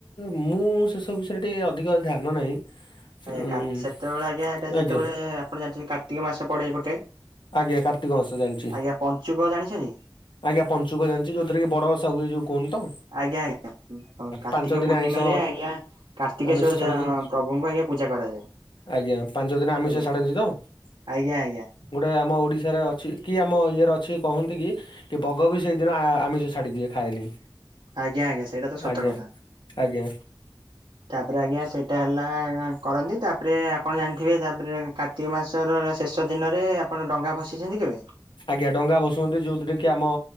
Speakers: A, on the left; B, on the right.
A: ମୁଁ ସେସବୁ ବିଷୟରେ ଟିକିଏ ଅଧିକ ଧ୍ୟାନ ନାହିଁ
B: ଆଜ୍ଞା
A: ଉଁ
B: କା ସେତେବେଳେ ଆଜ୍ଞା ଏଟା ଯେତେବେଳେ
A: ଆଜ୍ଞା
B: ଆପଣ ଜାଣିଛନ୍ତି କାର୍ତ୍ତିକ ମାସ ପଡେ ଗୋଟେ?
A: ଆଜ୍ଞା କାର୍ତ୍ତିକ ମାସ ଜାଣିଛି।
B: ଆଜ୍ଞା ପଞ୍ଚୁକ ଜାଣିଛନ୍ତି?
A: ଆଜ୍ଞା ପଞ୍ଚୁକ ଜାଣିଛି ଯୋଉଥିରେ କି ବଡ ଓଷା ହୁଏ ଯୋଉ କୁହନ୍ତି ତ?
B: ଆଜ୍ଞା ଆଜ୍ଞା କାର୍ତ୍ତିକ
A: ପାଞ୍ଚ ଦିନ
B: ପୂର୍ଣ୍ଣିମାରେ
A: ଆଇଁଷ
B: ଆଜ୍ଞା କାର୍ତ୍ତିକେଶ୍ଵର
A: ଆମିଷ ଛାଡନ୍ତି
B: ଜ ପ୍ରଭୁଙ୍କୁ ଆଜ୍ଞା ପୁ ଜା କରାଯାଏ।
A: ଆଜ୍ଞା ପାଞ୍ଚ ଦିନ ଆମିଷ
B: ଆଜ୍ଞା
A: ଛାଡନ୍ତି ତ?
B: ଆଜ୍ଞା ଆଜ୍ଞା।
A: ଗୋଟେ ଆମ ଓଡ଼ିଶାରେ ଅଛି କି ଆମ ଇଏରେ ଅଛି କହନ୍ତି କି ବଗ ବି ସେଇଦିନ ଆମିଷ ଛାଡ଼ିଦିଏ। ଖାଏନି।
B: ଆଜ୍ଞା ଆଜ୍ଞା, ସେଇଟା ତ ସତ
A: ଆଜ୍ଞା
B: କଥା,
A: ଆଜ୍ଞା
B: ତାପରେ ଆଜ୍ଞା ସେ ଏଟା ହେଲା କରନ୍ତି ତାପରେ ଆପଣ ଜାଣିଥିବେ ତାପରେ କାର୍ତ୍ତିକ ମାସର ଶେଷ ଦିନରେ ଆପଣ ଡଙ୍ଗା ଭସେଇଛନ୍ତି କେବେ?
A: ଆଜ୍ଞା ଡଙ୍ଗା ଭସଉଛନ୍ତି ଯୋଉଥିରେ କି ଆମ